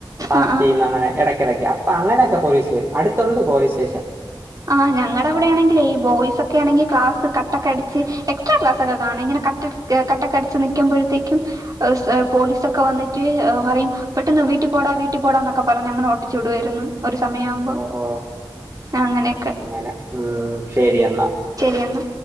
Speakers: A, on the right (about 30°); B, on the right (about 45°).
A: പാർട്ടിന്ന്
B: ആഹ് ആഹ്
A: അങ്ങനെ എടക്കിടക്ക് അപ്പൊ അങ്ങനെയൊക്കെ പോലീസ് വരും അടുത്തൊള്ളൂ പോലീസ് സ്റ്റേഷൻ
B: ആ ഞങ്ങള അവിടെ ആണെങ്കിലേ ഈ ബോയ്സ് ഒക്കെണെങ്കി ക്ലാസ് കട്ടൊക്കെ അടിച്ച് എക്സ്ട്രാ ക്ലാസൊക്കെ കാണ ഇങ്ങനെ കട്ടക്ക് ഏ കാട്ടക്കെ അടിച്ച് നിക്കുമ്പോഴത്തേക്ക് പോലീസൊക്കെ വന്നിട്ട് ഏ പറയും പെട്ടെന്ന് വീട്ടിൽ പോടാ വീട്ടിൽ പോടാന്നൊക്കെ പറഞ്ഞ് അങ്ങനെ ഓട്ടിച്ചുവിടുമായിരുന്നു ഒരു സമയം ആവുമ്പോ
A: ഓ ഓ
B: അങ്ങനെ
A: അങ്ങനെ ഉം ശരി എന്നാ
B: എന്നാ